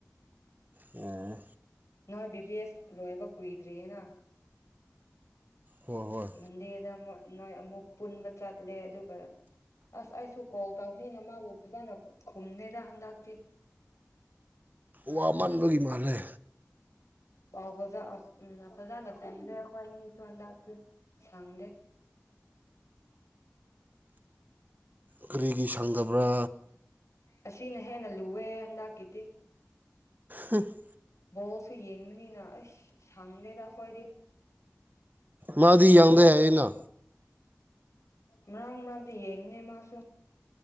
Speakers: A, on the right (about 35°); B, on the left (about 70°).
A: ꯎꯝ
B: ꯅꯣꯏ ꯕꯤꯚꯦꯁ ꯂꯣꯏꯕ ꯀꯨꯏꯗ꯭ꯔꯤꯌꯦꯅ
A: ꯍꯣꯏ ꯍꯣꯏ
B: ꯃꯟꯗꯦꯗ ꯑꯃꯨꯛ ꯅꯣꯏ ꯑꯃꯨꯛ ꯄꯨꯟꯕ ꯆꯠꯂꯦ ꯑꯗꯨꯒ ꯑꯁ ꯑꯩꯁꯨ ꯀꯣꯜ ꯇꯧꯅꯤꯅ ꯃꯥꯕꯨ ꯐꯖꯅ ꯈꯨꯝꯅꯦꯗ ꯍꯟꯗꯛꯇꯤ
A: ꯋꯥ ꯃꯟꯕꯒꯤ ꯃꯥꯜꯂꯦ
B: ꯄꯥꯎ ꯐꯖ ꯎꯝ ꯐꯖꯅ ꯈꯨꯝꯗꯦ ꯑꯩꯈꯣꯏ ꯑꯅꯤꯁꯨ ꯍꯟꯗꯇꯤ ꯁꯪꯗꯦ
A: ꯀꯔꯤꯒꯤ ꯁꯪꯗꯕ꯭ꯔꯥ
B: ꯑꯁꯤꯅ ꯍꯦꯟꯅ ꯂꯨꯋꯦꯍꯦ ꯍꯟꯗꯛꯀꯤꯗꯤ
A: ꯍ <unintelligible>
B: ꯕꯣꯜꯁꯨ ꯌꯦꯡꯕꯅꯤꯅ ꯑꯩꯁ ꯁꯪꯗꯦꯗ ꯈ꯭ꯋꯥꯏꯗꯤ
A: ꯃꯥꯗꯤ ꯌꯥꯪꯗ ꯍꯥꯏꯌꯦꯅ
B: ꯃꯔꯥꯡ ꯃꯔꯥꯡꯗ ꯌꯦꯡꯅꯦ ꯃꯥꯁꯨ